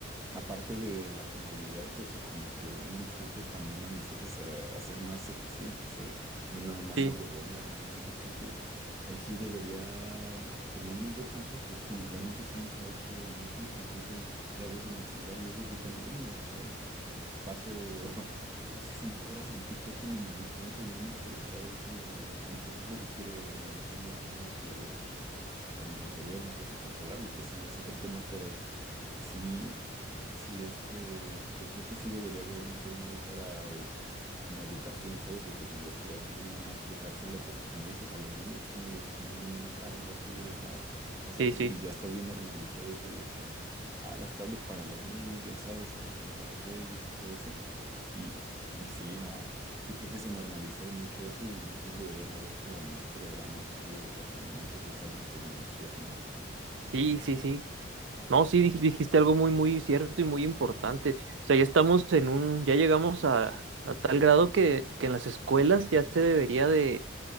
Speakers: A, on the right (about 15°); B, on the right (about 75°).
A: Aparte de la comodidad, o sea, como que un empuje también a nosotros a, a ser más eficientes, ¿sabes? No nada más
B: Sí,
A: a huevonear. Entonces yo creo que ahí sí debería, por lo menos yo pienso que sí, la neta sí nos ha hecho inútiles, incluso es- pues, ya ves en el celular luego yo también, ¿no? O sea, paso <laughs> casi cinco horas en TikTok que ni me doy cuenta y nada más por estar ahí como, y pues es lo que quiere a lo mejor las personas que luego, con los gobiernos o eso, controlar, lo que eso ya es otro tema, pero... Sí, sí, este, yo creo que sí debería haber un tema ahí para eh, como educación, ¿sabes? De tecnologías, no nada más dejárselo, porque como dices, a los niños, como les mandan una tablet así de la nada? O sea,
B: sí,
A: porque
B: sí,
A: y ya está bien normalizado eso de que, ah, las tablets para los niños, ya sabes, en Día de Reyes y todo eso. Y, y sí, no, yo creo que se normalizó mucho eso y más bien deberían haber como más programas así de educación antes de usar una tecnología, ¿no?
B: sí,
A: No sé,
B: sí, sí. No,
A: no
B: sí,
A: sé.
B: dij- dijiste algo muy, muy cierto y muy importante. O sea, ya estamos en un, ya llegamos a, a tal grado que, que en las escuelas ya se debería de